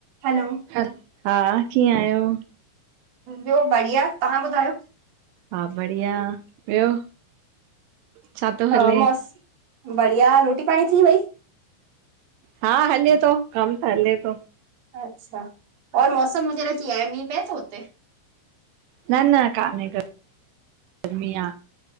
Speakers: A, on the right; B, on the right.
A: हलो,
B: ह हा, कीअं आहियो?
A: ॿियो बढ़िया, तव्हां ॿुधायो?
B: हा बढ़िया, ॿियो? छा थो
A: हा
B: हले?
A: मस्त, बढ़िया रोटी पाणी थी वई?
B: हा हले तो कम त हले तो,
A: अच्छा, और मौसम वग़ैरा कीअं आहे, मींह पए‌ तो उते?
B: न -न कान्हे को गर्मी आ,